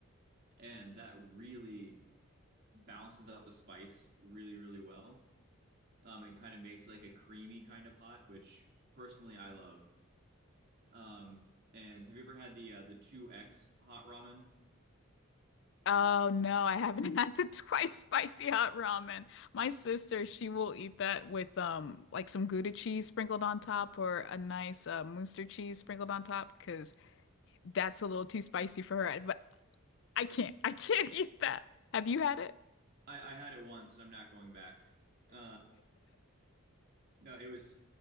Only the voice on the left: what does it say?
Oh no, I haven't <laughs> had the twice spicy hot ramen. My sister, she will eat that with um like some Gouda cheese sprinkled on top or a nice uh, Munster cheese sprinkled on top because that's a little too spicy for her. But I can't, I can't <laughs> eat that. Have you had it?